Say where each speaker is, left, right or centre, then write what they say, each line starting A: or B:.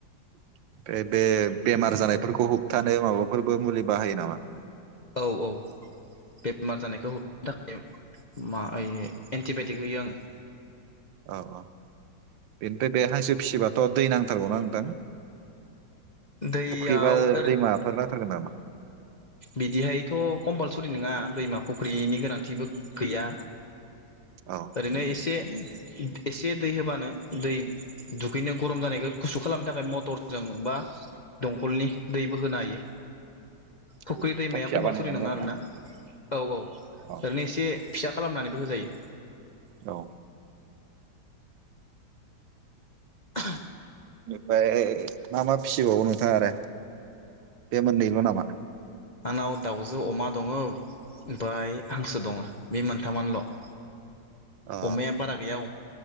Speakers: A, on the right; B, on the left.
A: ओमफ्राय बे बेमार जानायफोरखौ होबथानो माबाफोरबो मुलि बाहायो नामा?
B: औ औ बेमार जानायखौ होबथानो थाखाय मा ओइ एन्टिबायायटिक होयो आङो।
A: औ औ बेनिफ्राय बे हांसो फिसिबाथ' दै नांथारगौना नोंथां।
B: दैयाव
A: फुख्रि बा
B: ओरैनो
A: दैमाफोर नांथारगोन नामा?
B: बिदिहायथ' कम्पालसरि नङा दैमा फुख्रिनि गोनांथिबो गैया।
A: औ
B: ओरैनो एसे एसे दै होबानो दै दुगैनो गरम जानायखौ गुसु खालामनो थाखाय मटरजों बा दंखलनि दैबो होनो हायो। फुख्रि
A: ओरैनो हाखर
B: दैमाया
A: फिसा
B: कम्पालसरि
A: बानायनानै
B: नङा
A: आरो
B: आरोना
A: ना
B: औ औ ओरैनो
A: औ
B: एसे फिसा खालामनानैबो होजायो।
A: औ
B: आ
A: ओमफ्राय मा मा फिसिबावो नोंथाङा आरो बे मोननैल' नामा?
B: आंनाव दाउजो अमा दङ ओमफ्राय हांसो दङ बे मोनथामानोल'
A: अ
B: अमया बारा गैया